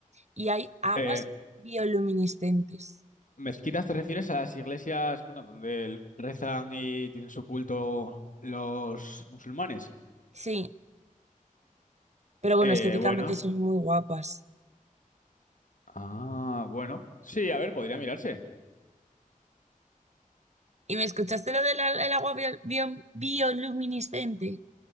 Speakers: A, on the right; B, on the left.
A: y hay aguas
B: Eh,
A: bioluminiscentes.
B: ¿mezquitas te refieres a las iglesias, bueno, donde l- rezan y tienen su culto los musulmanes?
A: Sí, pero bueno,
B: Eh,
A: estéticamente
B: bueno.
A: son muy guapas.
B: Ah, bueno. Sí, a ver, podría mirarse.
A: ¿Y me escuchaste lo del el agua bio- bio- bioluminiscente?